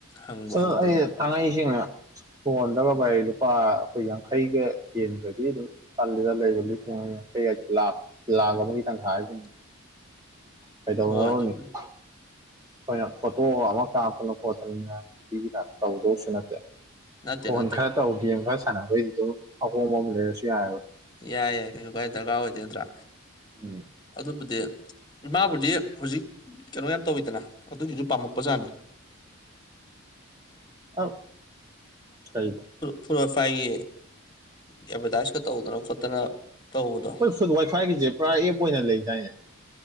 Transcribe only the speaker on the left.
ꯍꯪꯕꯨ
ꯍꯪꯗ꯭ꯔꯦꯅꯦ
<inaudible>
ꯍꯣꯏ
ꯑꯗꯨꯕꯨꯗꯤ
ꯅꯠꯇꯦ
ꯅꯠꯇꯦ
ꯌꯥꯏ ꯌꯥꯏ ꯀꯩꯁꯨ ꯀꯥꯏ ꯗꯔꯀꯥꯔ ꯑꯣꯏꯗꯣꯏ ꯅꯗ꯭ꯔꯥ
ꯑꯗꯨꯕꯨꯗꯤ ꯏꯃꯥꯕꯨꯗꯤ ꯍꯧꯖꯤꯛ ꯀꯩꯅꯣ ꯌꯥꯝ ꯇꯧꯋꯤꯗꯅ ꯑꯗꯨꯒꯤꯁꯨ ꯄꯥꯝꯃꯛꯄꯖꯥꯠꯅꯤ
ꯀꯗ꯭ꯔꯣ ꯐꯥꯏꯒꯤ ꯑꯦꯗꯚꯔꯗꯥꯏꯁꯀ ꯇꯧꯗꯅ ꯈꯣꯠꯇꯅ ꯇꯧꯕꯗꯣ